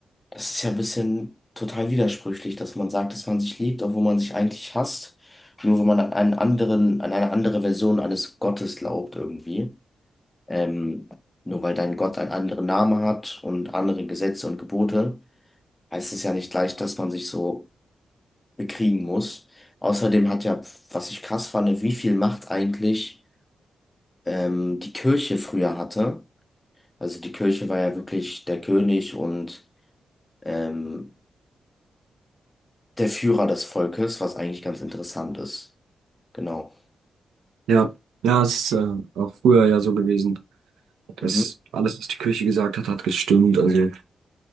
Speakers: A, on the left; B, on the right.
A: das ist ja ein bisschen total widersprüchlich, dass man sagt, dass man sich liebt, obwohl man sich eigentlich hasst, nur wenn man an einen anderen, an eine andere Version eines Gottes glaubt irgendwie. Ähm, nur weil dein Gott einen anderen Namen hat und andere Gesetze und Gebote, heißt es ja nicht gleich, dass man sich so bekriegen muss. Außerdem hat ja, was ich krass fand, wie viel Macht eigentlich ähm, die Kirche früher hatte. Also die Kirche war ja wirklich der König und ähm, Der Führer des Volkes, was eigentlich ganz interessant ist. Genau.
B: Ja, ja, es ist äh, auch früher ja so gewesen, dass
A: Mhm.
B: alles, was die Kirche gesagt hat, hat gestimmt. Also